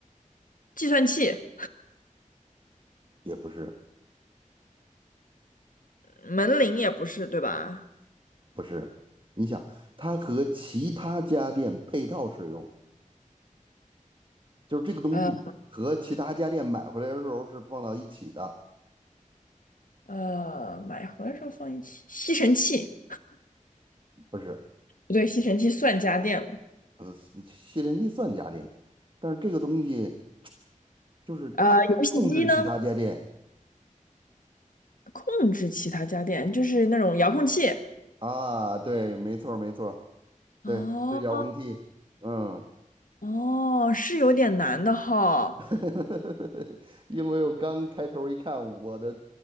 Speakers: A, on the left; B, on the right.
A: 计算器，
B: 也不是，
A: 门铃也不是，对吧？
B: 不是。你想，它和其他家电配套使用，就是这个东西和其他家电买回来的时候是放到一起的，
A: 呃呃，买回来时候放一起，吸尘器，
B: 不是？
A: 不对，吸尘器算家电了。
B: 呃，吸尘器算家电，但是这个东西就是它控制其他家电
A: 呃，游戏机呢，控制其他家电，就是那种遥控器。
B: 啊。对，没错儿，没错儿。对，
A: 哦
B: 是遥控器。嗯，
A: 哦，是有点难的哈，
B: <laughs> 因为我刚抬头一看，我的